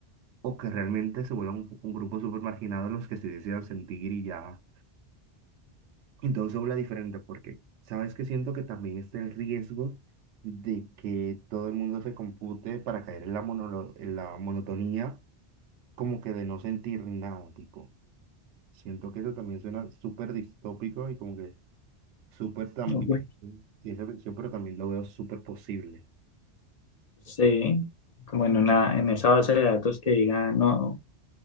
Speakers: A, on the right; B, on the left.
A: o que realmente se vuelva un, un grupo súper marginado los que sí decidan sentir y ya entonces se habla diferente porque, ¿sabes que Siento que también está el riesgo de que todo el mundo se compute para caer en la, monolo- en la monotonía, como que de no sentir nada, tipo. Siento que eso también suena súper distópico y como que súper también,
B: Ok.
A: ciencia ficción, pero también lo veo súper posible.
B: Sí, como en una, en esa base de datos que diga no,